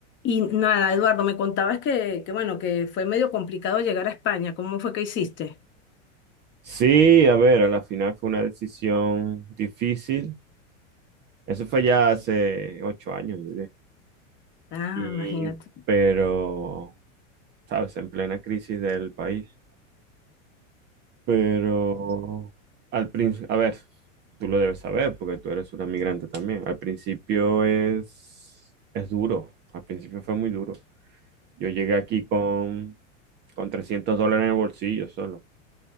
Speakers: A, on the left; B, on the right.
A: Y nada, Eduardo, me contabas que, que bueno, que fue medio complicado llegar a España. ¿Cómo fue que hiciste?
B: Sí, a ver, a la final fue una decisión difícil. Eso fue ya hace ocho años, yo diría.
A: Ah,
B: Y,
A: imagínate.
B: pero, sabes, en plena crisis del país. Pero, al principio, a ver, tú lo debes saber porque tú eres una migrante también. Al principio es, es duro. Al principio fue muy duro. Yo llegué aquí con, con 300 dólares en el bolsillo solo.